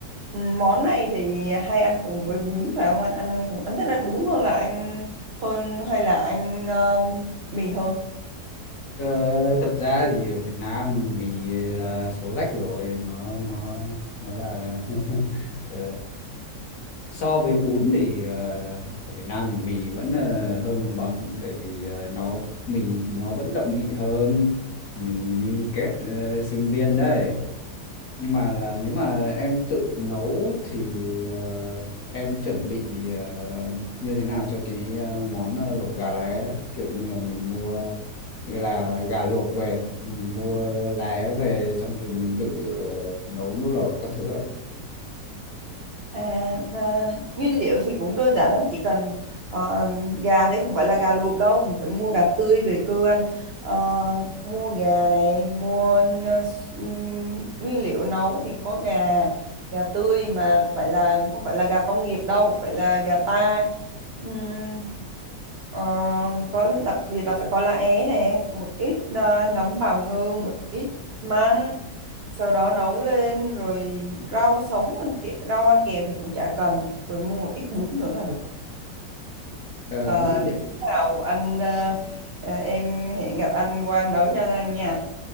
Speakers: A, on the right (about 65°); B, on the left (about 55°).
A: Ừm, món này thì hay ăn cùng với bún phải không anh anh ăn cùng anh thích ăn bún hơn là anh hơn hay là anh ờm, mì hơn
B: Ờ, thật ra thì ở Việt Nam mì là số rách rồi nó nó nó là <laughs> ờ, so với bún thì ờ, ở Việt Nam thì mì vẫn ờ, hơn một bậc tại vì ờ, nó mì thì nó vẫn đậm vị hơn mì Miliket ờ, sinh viên đấy nhưng mà là nếu mà em tự nấu thì ờ, em chuẩn bị ờ, như thế nào cho cái ờ, món ờ, lẩu gà lá é đấy kiểu như là mình mua là gà luộc về mình mua lá é về xong rồi mình tự ờ, nấu nước lẩu các thứ ạ.
A: À, mà nguyên liệu thì cũng đơn giản lắm chỉ cần ờ, gà thế không phải là gà luộc đâu mình phải mua gà tươi về cơ anh Ờ, mua gà này mua ờ, s- ừm, nguyên liệu nấu thì có gà gà tươi mà phải là không phải là gà công nghiệp đâu phải là gà ta Ừm, ờ, có đặc biệt là phải có lá é này một ít ờ, nấm bào ngư một ít măng sau đó nấu lên rồi rau sống ăn kè, rau ăn kèm thì cũng chả cần rồi mua một ít bún nữa là được
B: Ờ,
A: Ờ,
B: nhưng
A: để bữa nào anh ờ, ờ, em hẹn gặp anh qua em nấu cho anh nha